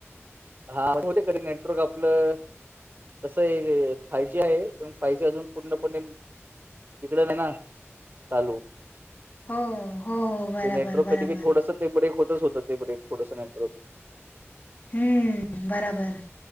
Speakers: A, on the right (about 45°); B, on the left (about 40°).
A: हा होऊ दे कधी नेटवर्क आपलं तसं आहे फायजी आहे पण फायजी अजून पूर्णपणे इकड नाही ना, चालू.
B: हो हो हो बराबर
A: ते नेटवर्क
B: बराबर
A: कधी कधी थोडस ते ब्रेक हो होतच ते ब्रेक थोडस नेटवर्क.
B: हम्म बराबर.